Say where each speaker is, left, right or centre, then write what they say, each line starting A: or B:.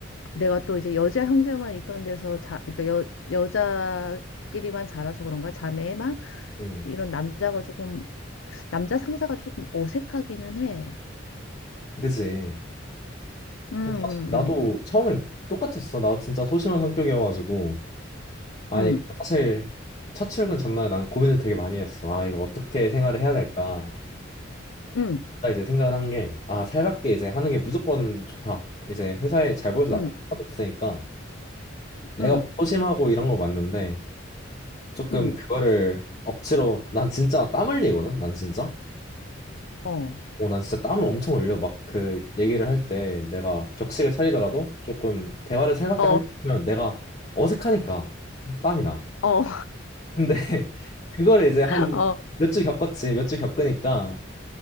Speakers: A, on the left; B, on the left.
A: 내가 또 이제 여자 형제만 있던 데서 자, 그러니까 여, 여자끼리만 자라서 그런가 자매만
B: 음.
A: 이런 남자가 조금 남자 상사가 조금 어색하기는 해.
B: 그지.
A: 음,
B: 사실 나도
A: 음,
B: 처음엔 똑같았어. 나 진짜 소심한 성격이어가지고. 아니,
A: 음,
B: 사실 첫 출근 전날에 난 고민을 되게 많이 했어. 아, 이거 어떻게 생활을 해야 될까?
A: 음,
B: 이제 생각을 한 게, 아, 살갑게 이제 하는 게 무조건 좋다. 이제 회사에 잘 보여서 나쁜
A: 음,
B: 건 하나도 없으니까 내가
A: 음, 음,
B: 뭐 소심하고 이런 거 맞는데 조금
A: 음,
B: 그거를 억지로 난 진짜 땀 흘리거든. 난 진짜.
A: 어.
B: 어, 난 진짜 땀을 엄청 흘려. 막 그 얘기를 할 때 내가 격식을 차리더라도 조금 대화를 살갑게
A: 어,
B: 하려면 내가 어색하니까 땀이 나.
A: 어,
B: 근데 <laughs> 그거를 이제 한
A: <laughs> 어,
B: 몇 주 겪었지. 몇 주 겪으니까